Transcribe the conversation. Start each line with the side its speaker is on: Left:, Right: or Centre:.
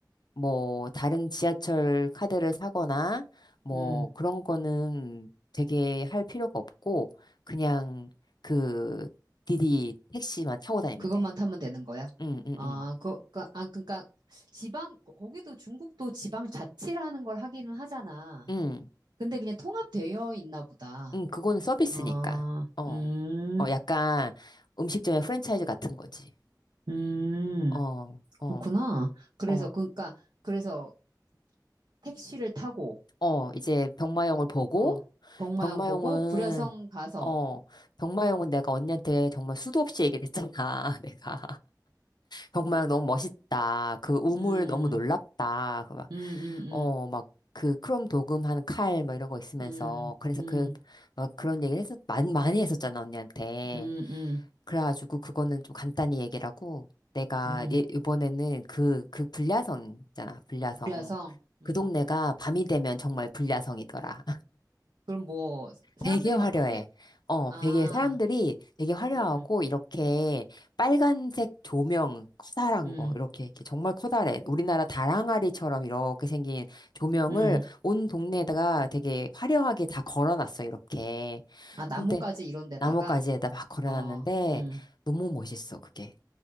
Left: 뭐 다른 지하철 카드를 사거나 뭐
Right: 음.
Left: 그런 거는 되게 할 필요가 없고 그냥 그 디디 택시만 타고 다니면
Right: 그것만
Left: 돼.
Right: 타면 되는 거야?
Left: 응, 응,
Right: 아,
Left: 응.
Right: 그, 그니까, 아, 그니까, 지방, 거- 거기도 중국도 지방 자치라는 걸 하기는 하잖아.
Left: 응,
Right: 근데 그냥 통합되어 있나 보다.
Left: 응, 그거는 서비스니까.
Right: 아,
Left: 어.
Right: 음,
Left: 어, 약간 음식점의 프랜차이즈 같은 거지.
Right: 음,
Left: 어,
Right: 그렇구나.
Left: 어,
Right: 그래서,
Left: 어.
Right: 그니까, 그래서 택시를 타고,
Left: 어, 이제 병마용을 보고
Right: 어, 복마영
Left: 병마용은
Right: 보고, 불야성 가서,
Left: 어, 병마용은 내가 언니한테 정말 수도 없이 얘기를 했잖아, <laughs> 내가. 정말 너무 멋있다. 그 우물
Right: 음,
Left: 너무 놀랍다. 그 막,
Right: 음, 음,
Left: 어, 막, 그 크롬 도금하는 칼, 뭐 이런 거 있으면서.
Right: 음,
Left: 그래서
Right: 음,
Left: 그, 막 그런 얘기를 해서, 많이, 많이 했었잖아, 언니한테.
Right: 음, 음, 음,
Left: 그래가지고 그거는 좀 간단히 얘기를 하고, 내가
Right: 음,
Left: 예, 이번에는 그, 그 불야성 있잖아, 불야성.
Right: 불야성, 음.
Left: 그 동네가 밤이 되면 정말 불야성이더라.
Right: 그럼 뭐, 사람들이
Left: 되게 화려해.
Right: 막 밖에,
Left: 어,
Right: 아,
Left: 되게 사람들이 되게 화려하고
Right: 음,
Left: 이렇게 빨간색 조명 커다란
Right: 음,
Left: 거 이렇게 이렇게 정말 커다래. 우리나라 다랑아리처럼 이렇게 생긴 조명을
Right: 음.
Left: 온 동네에다가 되게 화려하게 다 걸어놨어 이렇게.
Right: 아, 나뭇가지
Left: 근데
Right: 이런 데다가,
Left: 나뭇가지에다 막 걸어놨는데
Right: 어, 음,
Left: 너무 멋있어 그게.